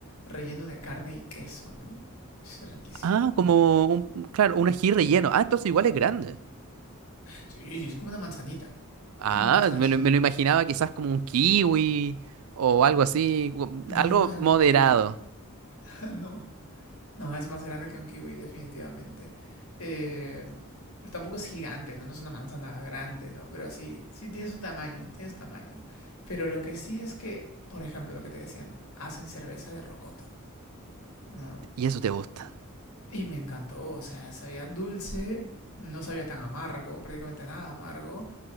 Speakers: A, on the left (about 80°); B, on the right (about 75°).
A: relleno de carne y queso, ¿no? Es riquísimo.
B: Ah, como un, claro, un ají relleno. Ah, entonces igual es grande.
A: Sí, es como una manzanita.
B: Ah,
A: Es como una manzana
B: me
A: chiquita.
B: lo, me lo imaginaba quizás como un kiwi o algo así, u-
A: No,
B: algo
A: es más grande
B: moderado.
A: que un kiwi. <laughs> no, no, es más grande que un kiwi, definitivamente. Eh, pero tampoco es gigante, ¿no? No es una manzana grande, ¿no? Pero sí, sí tiene su tamaño, tiene su tamaño. Pero lo que sí es que, por ejemplo, lo que te decía, ¿no? Hacen cerveza de rocoto, ¿no?
B: Y eso te gusta.
A: Y Y me encantó, o sea, sabía dulce, no sabía tan amargo, prácticamente nada amargo,